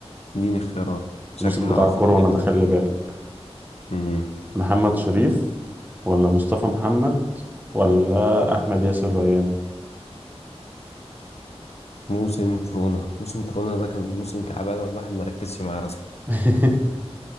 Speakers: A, on the left; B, on the right.
A: اديني اختيارات شكلي
B: الموسم
A: هقع
B: بتاع
A: في
B: كورونا
A: الاجابه
B: ده
A: دي
B: خلي بالك
A: امم
B: محمد شريف ولا مصطفى محمد ولا أحمد ياسر ريان
A: موسم كورونا موسم كورونا ده كان موسم كعبه ده الواحد ما ركزش معاه اصلا
B: <laughs>